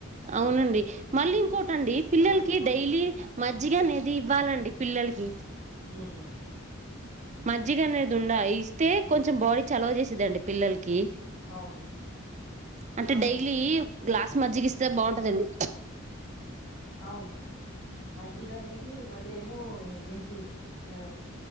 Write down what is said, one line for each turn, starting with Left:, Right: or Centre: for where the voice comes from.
Right: అవునండి మళ్ళీ ఇంకోటి అండి పిల్లలకి డైలీ మజ్జిగ అనేది ఇవ్వాలండి అండి పి ల్లలకి
Left: ఉమ్
Right: మజ్జిగ అనేది ఉండ ఇస్తే కొంచెం బాడీ చలవ చేసేదఅండి పిల్లలకి
Left: అవును
Right: అంటే
Left: అవున
Right: డైలీ
Left: అండి
Right: గ్లాస్ మజ్జిగి ఇస్తే బాగుంటదఅండి
Left: అవును మజ్జిగ అనేది మళ్ళీ ఏమో ఇదే ఎంటి ఆ